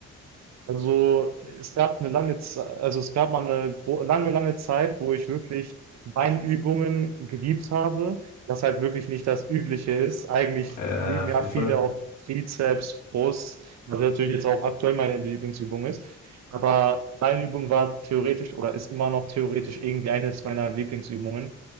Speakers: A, on the right; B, on the left.
A: Also, es gab eine lange Zeit, also, es gab mal eine gro lange, lange Zeit, wo ich wirklich Beinübungen geliebt habe, Das halt wirklich nicht das Übliche ist. Eigentlich
B: Äh,
A: lieben
B: auf
A: ja
B: jeden
A: viele
B: Fall.
A: auch Trizeps, Brust, was natürlich jetzt auch aktuell meine Lieblingsübung ist. Aber Beinübung war theoretisch oder ist immer noch theoretisch irgendwie eines meiner Lieblingsübungen,